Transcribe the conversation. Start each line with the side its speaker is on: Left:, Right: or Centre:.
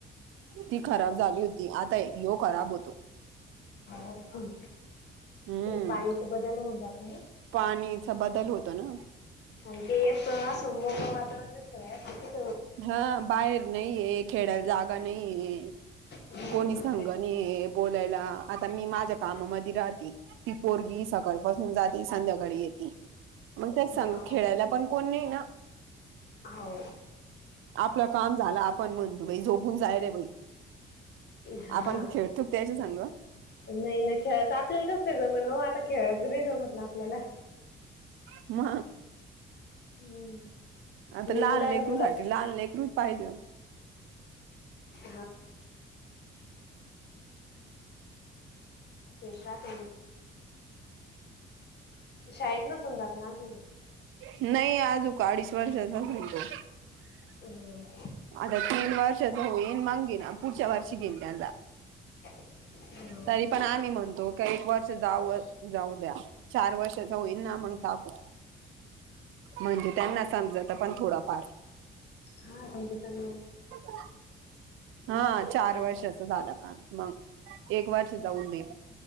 Right: ती खराब झाली होती आता यो खराब होतो
Left: ह
Right: हम्म
Left: ते पाणी तर बदल होत प ना
Right: पाणीचा बदल होतो ना
Left: आणि ते एक असं मोकळ वातावरणतोय अस
Right: हा बाहेर नाही आहे खेळायला जागा नाही
Left: हम्म
Right: कोणी संगा
Left: ते
Right: नाही बोलायला आता मी माझ्या कामामध्ये राहते ती पोरगी सकाळ पासून जाते संध्याकाळी येते मग त्या संघ
Left: हा
Right: खेळायला पण कोण नाही ना.
Left: हो...
Right: आपलं काम झाला आपण म्हणतो बाई झोपून जाय रे बाई.
Left: हा
Right: आपण का खेळतोक त्यायच सांग..
Left: नाही नाही खेळायचं आपल्याला कसं जमन हो आता खेळायचं नाही जमत ना आपल्याला.
Right: म.
Left: हम्म.
Right: आता लहान
Left: मुलाला
Right: लेकरू
Left: मुलं
Right: साठी लहान लेकरू पाहिजे.
Left: हा. फेशात शाळेत नसून जात ना अजून.
Right: नाहीय आजु का अडीच वर्ष झा त.
Left: हम.
Right: आता तीन वर्षाच हो येन मगे ना पुढच्या वर्षी गेल त्याला.
Left: ह.
Right: तरी पण आम्ही म्हणतो क एक वर्ष जाऊ जाऊ द्या चार वर्ष जाऊईन ना मग टाकू. म्हणजे त्यांना समजत पण थोडाफार.
Left: हा म.
Right: हो. हा चार वर्षच झालं काम मग एक वर्ष जाऊन देन.